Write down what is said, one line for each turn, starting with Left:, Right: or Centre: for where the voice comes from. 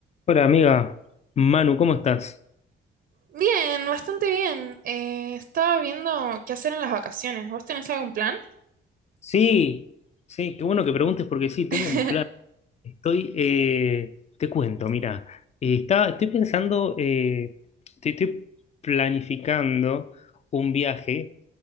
Left: Hola amiga, Manu, ¿cómo estás?
Right: Bien, bastante bien. Eh, estaba viendo qué hacer en las vacaciones. ¿Vos tenés algún plan?
Left: Sí, sí, qué bueno que preguntes porque sí, tengo
Right: <laughs>
Left: un plan. Estoy, eh, te cuento, mira, eh, está- estoy pensando, eh, estoy, estoy planificando un viaje.